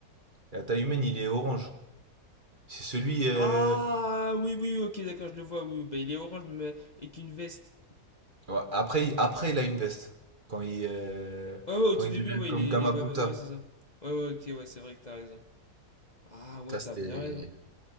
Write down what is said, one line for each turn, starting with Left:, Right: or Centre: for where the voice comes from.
Right: Et à la taille humaine, il est orange. C'est celui.
Left: Ah,
Right: euh,
Left: oui, oui, ok, d'accord, je le vois. Oui, oui. bah il est orange, mais avec une veste.
Right: ouais, après, il- après, il a une veste. Quand il, euh,
Left: Ouais, ouais, au
Right: quand
Left: tout
Right: il
Left: début,
Right: devient
Left: ouais,
Right: comme
Left: il est,
Right: Gamabunta.
Left: il est pas. Ouais, c'est ça. Ouais, ouais, ok, ouais, c'est vrai que t'as raison. Ah, ouais,
Right: Ça
Left: t'as
Right: c'était.
Left: bien raison.